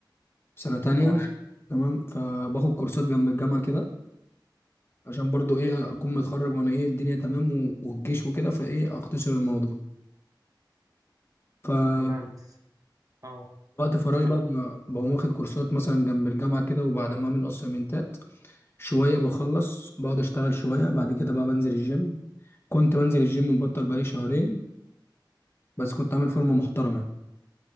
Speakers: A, on the left; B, on the right.
A: سنه تانية
B: اه
A: تمام فباخد كورسات جنب الجامعه كده عشان برضو ايه اكون متخرج وانا ايه الدنيا تمام و- والجيش وكده فايه اختصر الموضوع فوقت
B: تمام اه
A: فراغي
B: سامع
A: بقى ب- بقوم واخد كورسات مثلا جنب الجامعة كده وبعد ما اعمل اسايمنتات شوية بخلص بقعد اشتغل شوية بعد كده بقى بنزل الجيم كنت بنزل الجيم مبطل بقالي شهرين بس كنت عامل فورمة محترمة يعني